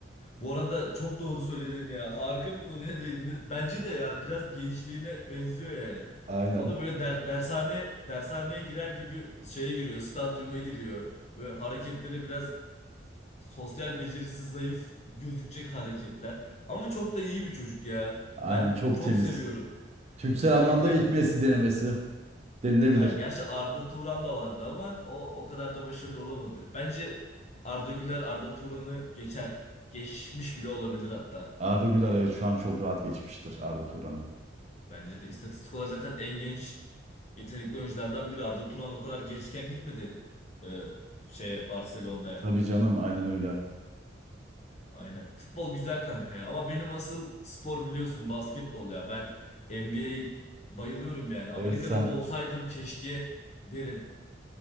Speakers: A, on the left (about 35°); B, on the right (about 35°).
A: Bu arada çok doğru söyledin ya. Harika bir konuya değindin. Bence de ya biraz gençliğine benziyor yani.
B: Aynen.
A: O da böyle der, dershane dershaneye girer gibi şeye giriyor, stadyuma giriyor. Böyle hareketleri biraz sosyal becerisi zayıf gözükecek hareketler. Ama çok da iyi bir çocuk ya.
B: Aynen
A: Ben
B: çok
A: çok
B: temiz.
A: seviyorum.
B: Türksel
A: Özellikle
B: anlamda ilk Messi denemesi denilebilir.
A: Aynen, gerçi Arda Turan da vardı ama o o kadar da başarılı olamadı. Bence Arda Güler Arda Turan'ı geçer. Geçmiş bile olabilir hatta.
B: Arda Güler evet şu an çok rahat geçmiştir Arda Turan'ı.
A: Bence de istatistik olarak zaten en genç yetenekli oyunculardan biri Arda Turan o kadar gençken gitmedi e, şeye Barcelona'ya.
B: Tabii canım aynen öyle.
A: Aynen. Futbol güzel kanka ya ama benim asıl spor biliyorsun basketbol ya. Ben NBA bayılıyorum yani. Amerika'da
B: Evet sen
A: da olsaydım keşke derim.